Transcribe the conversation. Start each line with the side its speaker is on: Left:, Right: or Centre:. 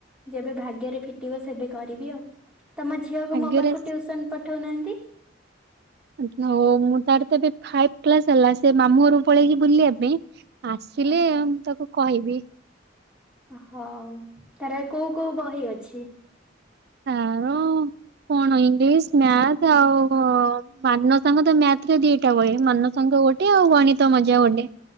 Centre: ଯେବେ ଭାଗ୍ୟରେ ଫିଟିବ ସେବେ କରିବି ଆଉ ତମ ଝିଅକୁ
Right: ଭାଗ୍ୟରେ
Centre: ମୋ ପାଖକୁ ଟ୍ୟୁସନ ପଠଉନାହାନ୍ତି।
Right: ହଉ ମୁଁ ତାର ତ ଏବେ ଫାଇଭ କ୍ଲାସ ହେଲା ସେ ମାମୁ ଘର ପଳେଇକି ବୁଲି ବା ପାଇଁ। ଆସିଲେ
Centre: ଓହୋ
Right: ମୁଁ ତାକୁ କହିବି?
Centre: ହଉ ତାର କୋଉ କୋଉ ବହି ଅଛି।
Right: ତାର କଣ ଇଂଲିଶ ମଥ ଆଉ ମାନ ସାଙ୍ଗ ତ ମଥରେ ଦିଟା ବେ ମାନ ସାଙ୍ଗ ଗୋଟେ ଆଉ ଗଣିତ ମଜା ଗୋଟେ।